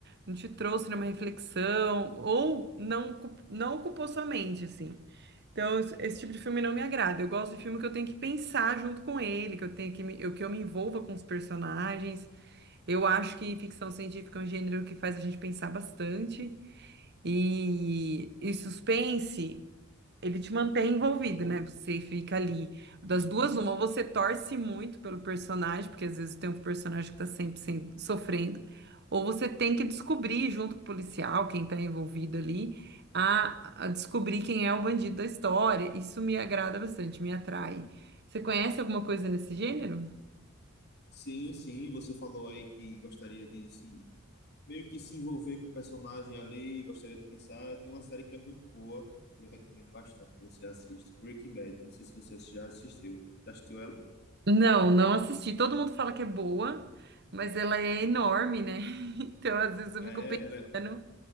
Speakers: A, on the right; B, on the left.
A: não te trouxe nenhuma reflexão, ou não, ocu- não ocupou sua mente, assim. Então, es- esse tipo de filme não me agrada. Eu gosto de filme que eu tenho que pensar junto com ele, que eu tenho que me, eu- que eu me envolva com os personagens. Eu acho que ficção científica é um gênero que faz a gente pensar bastante e, e suspense, ele te mantém envolvido, né? Você fica ali das
B: sim,
A: duas,
B: sim.
A: uma, ou você torce muito pelo personagem, porque às vezes tem um personagem que tá sempre sendo- sofrendo, ou você tem que descobrir junto com o policial, quem tá envolvido ali, a, a descobrir quem é o bandido da história. Isso me agrada bastante, me atrai. Você conhece alguma coisa nesse gênero?
B: Sim, sim, você falou aí que gostaria de se meio que se envolver com o personagem ali, gostaria de pensar. Tem uma série que é muito boa e eu recomendo bastante que você assista. Breaking Bad, não sei se você já assistiu. Já assistiu ela?
A: Não, não assisti. Todo mundo fala que é boa, mas ela é enorme, né? <laughs> Então, às vezes eu
B: É,
A: fico pensando
B: ela,